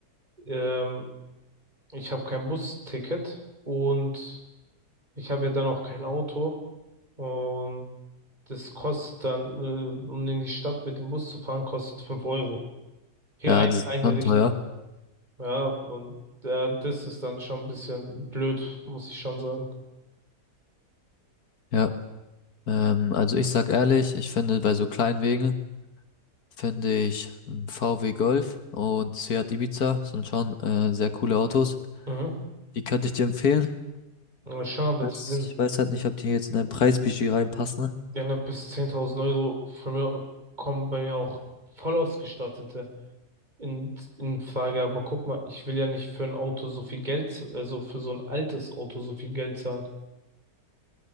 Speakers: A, on the right; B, on the left.
A: ähm, ich habe kein Busticket und ich habe ja dann auch kein Auto und Das kostet dann, äh, um in die Stadt mit dem Bus zu fahren, kostet 5 Euro. Hier
B: Ja,
A: ein,
B: das
A: eine
B: ist dann
A: Richtung.
B: teuer.
A: Ja, und äh, das ist dann schon ein bisschen blöd, muss ich schon sagen.
B: Ja. Ähm, also ich sag ehrlich, ich finde bei so kleinen Wegen finde ich ein VW Golf und Seat Ibiza sind schon äh, sehr coole Autos.
A: Mhm.
B: Die könnte ich dir empfehlen.
A: Aber schon, aber
B: Jetzt-
A: die sind,
B: Ich weiß halt nicht, ob die jetzt in dein Preisbudget reinpassen,
A: ja haben ja bis 10.000 Euro von mir, kommen bei mir auch voll ausgestattete in, in Frage. Aber guck mal, ich will ja nicht für ein Auto so viel Geld, z- also für so ein altes Auto so viel Geld zahlen.